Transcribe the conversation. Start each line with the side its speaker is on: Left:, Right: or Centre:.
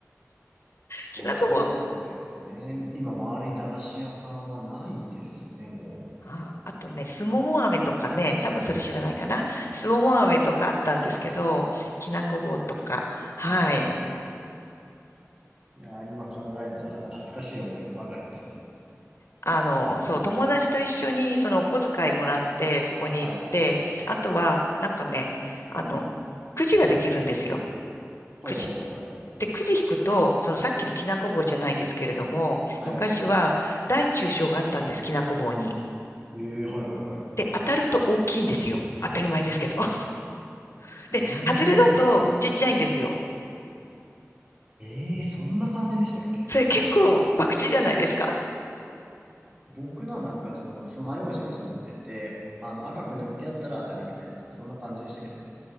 Left: きなこも、
Right: でもそうですね。今、周りに駄菓子屋さんはないですね、も
Left: あ、あとね、すもも飴とかね、多分それ知らないかな。すもも飴とかあったんですけど、
Right: う。はい。
Left: きなこ棒とか、はい。
Right: はいはいはいはい。いやー、今考えたら懐かしい思い出ばかりですね。
Left: あの、そう、友達と一緒にそのお小遣いもらって、そこに行って、
Right: はい。
Left: あとは、なんかね、あの、くじができるんですよ。
Right: はいはいはいはい。
Left: くじ。で、くじ引くと、そのさっきのきなこ棒じゃないですけれども、
Right: はい。
Left: 昔は大中小があったんです、きなこ棒に。
Right: ええー、はいはいはい。
Left: で、当たると大きいんですよ。当たり前ですけど。<laughs>
Right: ええー、
Left: で、外れだとちっちゃいんですよ。
Right: はい。ええー、そんな感じでしたっけ
Left: それ結構博打じゃないですか。
Right: 僕のはなんかその爪楊枝に刺さってて、あの赤く塗ってやったら当たりみたいな、そんな感じでしたけどね。